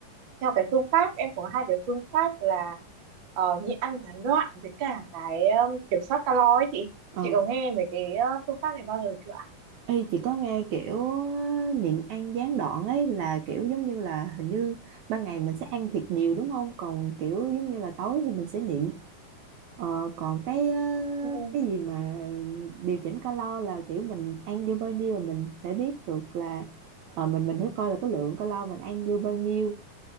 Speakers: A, on the right (about 50°); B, on the right (about 70°).
A: theo cái phương pháp em có hai cái phương pháp là ờ, nhịn ăn gián đoạn với cả cái ờ, kiểm soát calo ấy chị
B: ờ
A: chị có nghe về cái ờ, phương pháp này bao giờ chưa
B: Ê, chị có nghe kiểu ờ, nhịn ăn gián đoạn ấy là kiểu giống như là hình như ban ngày mình sẽ ăn thiệt nhiều đúng không còn kiểu giống như là tối thì mình sẽ nhịn Ờ, còn cái ờ,
A: ạ
B: cái gì mà điều chỉnh calo là kiểu mình ăn vô bao nhiêu là mình sẽ biết được là ờ, mình mình phải coi là cái lượng calo mình ăn vô bao nhiêu